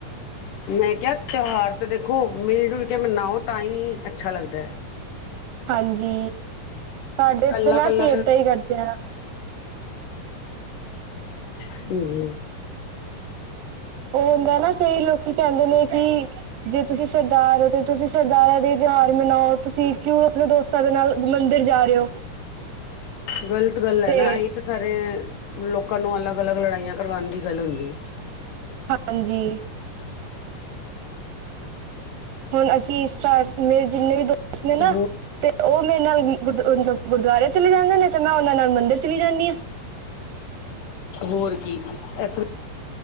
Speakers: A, on the left; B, on the right.
A: ਮੈਂ ਕਿਹਾ ਤਿਉਹਾਰ ਤਾਂ ਦੇਖੋ ਮਿਲ ਜੁਲ ਕੇ ਮਨਾਓ ਤਾਂ ਹੀ ਅੱਛਾ ਲੱਗਦਾ
B: ਹਾਂਜੀ ਸਾਡੇ ਇੱਥੇ
A: ਕੱਲਾ
B: ਨਾ ਅਸੀਂ
A: ਕੱਲਾ ਤਾਂ
B: ਏਦਾਂ ਹੀ ਕਰਦੇ ਹਾਂ
A: ਹਾਂਜੀ
B: ਉਹ ਹੁੰਦਾ ਨਾ ਕਈ ਲੋਕੀ ਕਹਿੰਦੇ ਨੇ ਕਿ ਜੇ ਤੁਸੀਂ ਸਰਦਾਰ ਹੋ, ਤੇ ਤੁਸੀਂ ਸਰਦਾਰਾਂ ਦੇ ਤਿਉਹਾਰ ਮਨਾਓ ਤੁਸੀਂ ਕਿਉਂ ਆਪਣੇ ਦੋਸਤਾਂ ਦੇ ਨਾਲ ਮੰਦਿਰ ਜਾ ਰਹੇ ਹੋ
A: ਗ਼ਲਤ ਗੱਲ ਹੈ
B: ਤੇ
A: ਨਾ, ਅਸੀਂ ਤਾਂ ਸਾਰੇ ਲੋਕਾਂ ਨੂੰ ਅਲੱਗ-ਅਲੱਗ ਲੜਾਈਆਂ ਕਰਵਾਣ ਦੀ ਗੱਲ ਹੁੰਦੀ ਏ।
B: ਹਾਂਜੀ ਹੁਣ ਅਸੀਂ ਸ ਮੇਰੇ ਜਿੰਨੇ ਵੀ ਦੋਸਤ ਨੇ ਨਾ
A: ਹੈ
B: ਤੇ ਓ ਮੇਰੇ ਨਾਲ ਗੁਰ ਗੁਰਦੁਆਰੇ ਚਲੇ ਜਾਂਦੇ ਨੇ ਤੇ ਮੈਂ ਉਹਨਾਂ ਨਾਲ ਮੰਦਿਰ ਚਲੀ ਜਾਂਦੀ ਆਂ
A: ਹੋਰ ਕੀ <unintelligible>